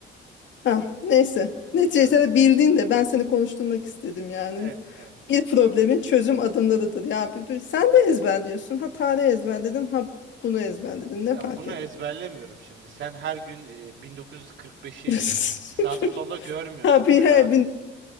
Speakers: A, on the left; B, on the right.
A: ha, neyse. Neticede
B: Evet.
A: bildin de ben seni konuşturmak istedim yani.
B: Eyvallah, eyvallah,
A: Bir
B: eyvallah.
A: problemin çözüm adımlarıdır. Ya bir, bir- sen de ezberliyorsun. Ha tarih ezberledin, ha bunu ezberledin. Ne
B: Ya
A: fark
B: bunu
A: eder?
B: ezberlemiyorum şimdi. Sen her gün e, 1945'i
A: <laughs>
B: sağda solda görmüyorsun
A: Ha bir
B: veya
A: he,